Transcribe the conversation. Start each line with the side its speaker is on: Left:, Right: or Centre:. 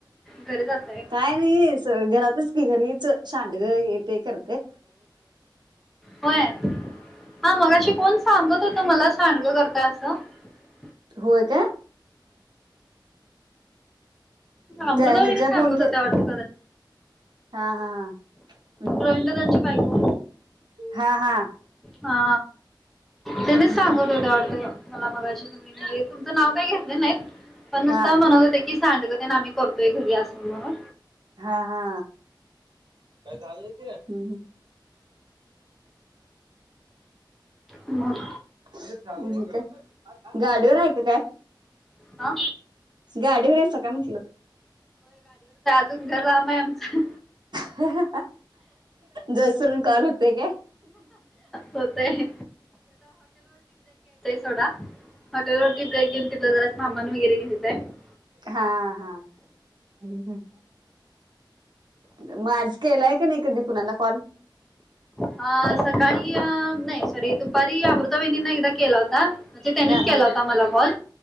Centre: घरीच असताय
Right: काय नाही घरातच की घरीच शांडग हे ते कर.
Centre: होय, हा मगाशी कोण सांगत होत मला सांडग कर <unintelligible>
Right: होय काय?
Centre: अमृता
Right: त्या
Centre: वहिनी
Right: हच्या
Centre: सांगत
Right: फोन के,
Centre: होत्या वाटतं
Right: हा हा. हम्म, हम्म,
Centre: रवींदादा
Right: हम्म.
Centre: ची बायको.
Right: हा हा
Centre: हा त्यांनीच
Right: हम्म,
Centre: सांगत होत्या वाटतं मला मगाशी <unintelligible> तुमच नाव काय घेतले नाहीत पण नुसता
Right: हा
Centre: म्हणत होते की सांडग तेन आम्ही करतोय घरी अस म्हणून.
Right: हा हा काय चाल नाही ते
Centre: मग
Right: का गाडीवर आहेय का काय
Centre: हा
Right: गाडीवर याचं काय म्हटलं
Centre: जंगर लाम आहे आमचं
Right: ह जोसरून कॉल होते का
Centre: होतंय. सोडटेलट ब्रेक गनला हा मनवी घर घ होेत आहे
Right: हा हा गलं मग आज केलाय क नाही कधी कुणाला कॉल
Centre: ह सकाळी अ नाही सरी तरी अमृतणींना एकदा केला होता म्हणजे त्यानीच
Right: हा
Centre: केला
Right: हा
Centre: होता मला कॉल